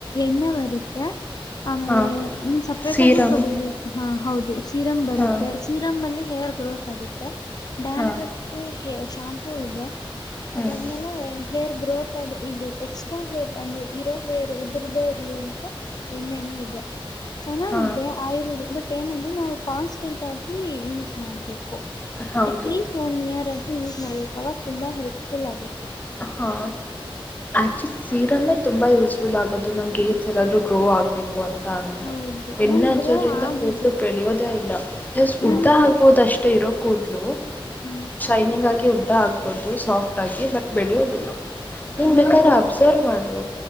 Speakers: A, on the left; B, on the left.
A: ಎಣ್ಣೆ ಬರುತ್ತೆ ಆಮೇಲೆ
B: ಹಾ
A: ಸಪ್ರೇಟ್
B: ಸೀರಮ್
A: ಆಗ ತಗ ಬಹುದು ಹೌದು ಸೀರಂ ಬರುತ್ತೆ
B: ಹಾ
A: ಸೀರಮ್ ಅಲ್ಲಿ ಹೇರ್ ಗ್ರೋತ್ ಆಗುತ್ತೆ ಬ್ಯಾಂಡ್ರಫ್
B: ಹಾ
A: ಶಾಂಪ್ ೂೋಗಿದ್ದ ಮದಾದ್ಮೇಲೆ
B: ಹ್ಮ್
A: <unintelligible> ಹೇರ್ ಗ್ರೋತ್ ಆಗ ಇದು ಎಕ್ಸ್ಟ್ರಾ ಹೇರ್ ಅಂದ್ರೆ ಇರೋ ಹೇರ್ ಉದುರದೇ ಇರ್ಲಿ ಅಂತ ಎಣ್ಣೆನ್ ಹೌದೇ ಚೆನ್ನಾಗಿದೆ
B: ಹಾ
A: ಆಯಿಲ್ ಬಟ್ ಏನಂದ್ರೆ ನಾವು ಕಾನ್ಸ್ಟೆಂಟ್ ಆಗಿ ಯೂಸ್ ಮಾಡ್ಬೇಕು
B: ಹೌದು
A: ಅಟ್ಲೀಸ್ಟ್ ಒನ್ ಇಯರ್ ಆದ್ರೂ ಯೂಸ್ ಮಾಡ್ಬೇಕು ಅವಾಗ ತುಂಬಾ ಹೆಲ್ಪ್ಫುಲ್ ಆಗುತ್ತೆ
B: ಹಾ ಆಕ್ಚುಲಿ ಸೀರಮೇ ತುಂಬಾ ಯೂಸ್ಫುಲ್ ಆಗೋದು ನಮ್ಗೆ ಹೇರ್ಸ್ ಎಲ್ಲಾದ್ರೂ ಗ್ರೋ ಆಗ್ಬೇಕು ಕೊಂತಾಂದ್ರ
A: ಹೌದು
B: ಎಣ್ಣೆ
A: ನನ್
B: ಹಚ್ಚೋದ್ರಿಂದ
A: ಗ್ರೋ ಆಗಿದೆ
B: ಕೂದಲು ಬೆಳೆಯೋದೇ ಇಲ್ಲ
A: ನನ್
B: ಉದ್ದ ಆಗ್ಬೋದಷ್ಟೇ ಇರೋ ಕೂದ್ಲು
A: ಹ್ಮ್.
B: ಶೈನಿಂಗ್ ಆಗಿ ಉದ್ದ ಆಗ್ಬಹುದು ಸಾಫ್ಟ್ ಆಗಿ ಬಟ್ ಬೆಳೆಯೋದಿಲ್ಲ ನೀನ್
A: ನನ್
B: ಬೇಕಾದ್ರೆ ಅಬ್ಸರ್ವ್ ಮಾಡು